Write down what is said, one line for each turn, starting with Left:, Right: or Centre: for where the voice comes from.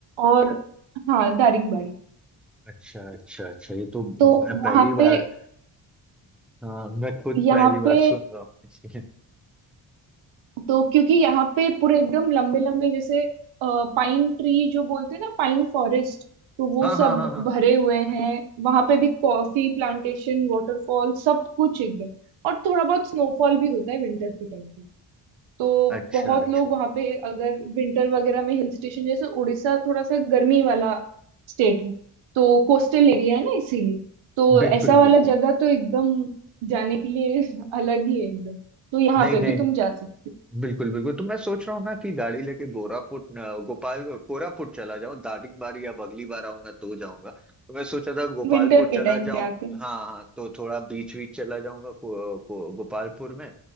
Right: और हाँ दारिंगबाड़ी
Centre: अच्छा अच्छा अच्छा ये तो
Right: तो
Centre: मैं
Right: वहाँ
Centre: पहली
Right: पे
Centre: बार हाँ मैं खुद
Right: यहाँ
Centre: पहली बार
Right: पे
Centre: सुन रहा हूँ <laughs> इसलिए
Right: तो क्योंकि यहाँ पे पूरे एकदम लंबे लंबे जैसे पाइन ट्री जो बोलते हैं ना पाइन फॉरेस्ट तो वो
Centre: हाँ हाँ
Right: सब
Centre: हाँ हाँ
Right: भरे हुए हैं वहां पे भी कॉफी प्लांटेशन वाटरफॉल सब कुछ एकदम और थोड़ा बहुत स्नोफॉल भी होता है विंटर के टाइम पे तो
Centre: अच्छा
Right: बहुत
Centre: अच्छा
Right: लोग वहां पे अगर विंटर वगैरह में हिल स्टेशन जैसे उड़ीसा थोड़ा सा गर्मी वाला स्टेट है तो कोस्टल एरिया है ना इसीलिए तो
Centre: बिल्कुल
Right: ऐसा वाला
Centre: बिल्कुल
Right: जगह तो एकदम जाने के लिए <laughs> अलग ही है एकदम तो यहाँ
Centre: नहीं
Right: पे भी
Centre: नहीं
Right: तुम जा सकते हो
Centre: बिल्कुल बिल्कुल तो मैं सोच रहा हूँ ना कि गाड़ी लेके गोरापुट अ, गोपाल कोरापुट चला जाऊँ दार्जिलिंग बार या अगली बार आऊंगा तो जाऊंगा तो मैं सोचा था गोपालपुर
Right: विंटर के
Centre: चला
Right: टाइम
Centre: जाऊँ
Right: पे आके
Centre: हाँ हाँ तो थोड़ा बीच बीच चला जाऊंगा को, को, गोपालपुर में